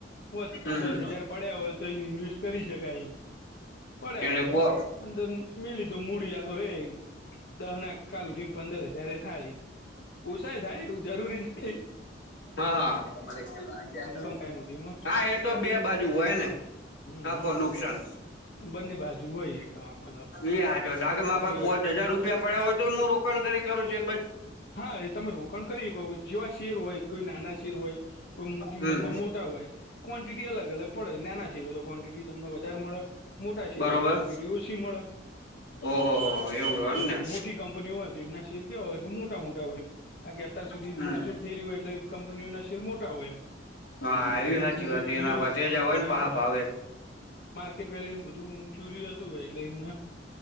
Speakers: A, on the left (about 55°); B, on the left (about 80°).
A: પો
B: હમ
A: દસ
B: હમ
A: હજાર પડ્યા હોય તો એ ઇન્વેસ્ટ કરી શકાય એમ. પડ્યા
B: એટલે
A: હોય તો
B: પો
A: અંદર મેલી તો મૂડી આતો રેમ દહ ના કાલ ઉઠીને પંદર હજાર એ થાય ઓછાય થાય એવું જરૂરી નહીં.
B: હા હા
A: લોંગ ટાઈમ સુધીમાં
B: હા એ તો બે બાજુ હોય ને.
A: હમ
B: નફો
A: હમ
B: નુકસાન.
A: બંને બાજુ હોય એક આમાં તો
B: એ હાચ તા કે
A: આમાં
B: મા ભ
A: કોઈ
B: પોચ હજાર રૂપિયા પડ્યા હોય તો હું રોકડ કરી કરું છે.
A: હા એ તમે રોકાણ કરી હકો જેવા શેર હોય. કોઈ નાના શેર હોય કોઈ કિંમતમાં
B: હમ
A: મોટા હોય ક્વોન્ટિટી અલગ અલગ પડે નાના શેર હોય તો ક્વોન્ટિટી. તમને વધારે મળે મોટા શેર
B: બરોબર
A: હોય તો ક્વન્ટિટી ઓછી મળે
B: ઓહો હો એવું એમ
A: હ
B: ને
A: મોટી કંપનીઓ હોય તો એમના. શેર કેવા હોય મોટા મોટા હોય એમ કાર કે અત્યાર સુધી
B: હમ
A: લિસ્ટડ થયે હોય એટલે કંપનીઓના શેર મોટા હોય એમ.
B: હા
A: એની પ્રાઇઝ
B: એવી સાચી
A: એની
B: વાત
A: વેલ્યુ
B: એના વટેજા હોય
A: માર્કેટ
B: ને પાહા ભાવે
A: માર્કેટ વેલ્યુ બધું. ધું ચુરી ધુંવે એમના